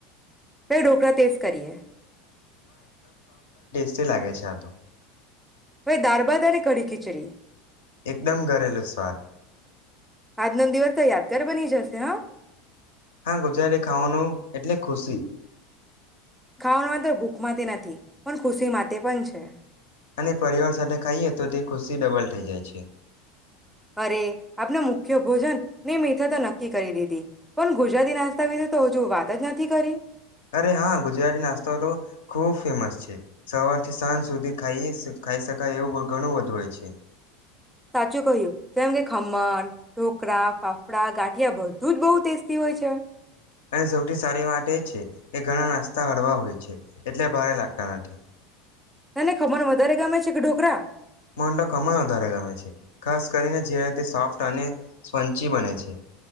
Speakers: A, in the centre; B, on the left (about 70°).
A: મેે ઢોકળ ટેસ્ટ કરીએ.
B: તે લાગે છે આતો.
A: હવે દારભાત અને કડી ખીચડી,
B: એકદમ ઘરેલુ સ્વાદ
A: આજનો દિવસ તો યાદગાર બની જશે. છે હા.
B: હા ગુજારે ખાવાનું એટલે ખુશી.
A: ખાવાનું માત્ર ભૂખ માટે નથી. પણ ખુશી માટે પણ છે.
B: અને પરિવાર સાથે ખાઈએ તો તે ખુશી ડબલ છે. થઇ જાય છે.
A: અરે આપના મુખ્ય ભોજન ને મીઠા તો નક્કી કરી દીધી, પણ ગુજરાતી નાસ્તા વિશે તો હજુ વાત જ નથી કરી.
B: અરે હા ગુજરાતી નાસ્તો તો, ખૂબ ફેમસ છે, સવારથી સાંજ સુધી ખાઈ શકાય એવું ઘણું બધુ હોય છે.
A: સાચું કહ્યું, કેમ કે ખ મન, ઢોકળા, ફાફડા, ગાંઠિયા બધું જ બહુ ટેસ્ટી હોય છે.
B: અને સૌથી સારી વાત એ છે એ ઘણા નાસ્તા હળવા હોય છે. એટલે ભારે લાગતા નથી.
A: તને ખમર વધારે ગમે છે કે ઢોકરા?
B: મને તો ખમણ વધારે ગમે છે, ખાસ કરીને જ્યારે તે સોફ્ટ અને સ્પંચી બને છે